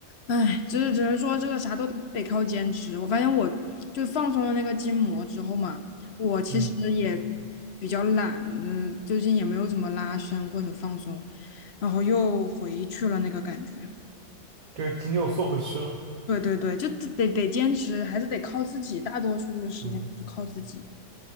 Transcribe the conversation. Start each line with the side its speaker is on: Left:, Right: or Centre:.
Left: 唉，只是只能说这个啥都得靠坚持。我发现我就放松了那个筋膜之后嘛，我其实也
Right: 嗯。
Left: 比较懒，嗯，最近也没有怎么拉伸或者放松，然后又回去了那个感觉。
Right: 就是筋又缩回去了。
Left: 对对对，就得得得坚持，还是得靠自己，大多数的时间是靠自己。
Right: 嗯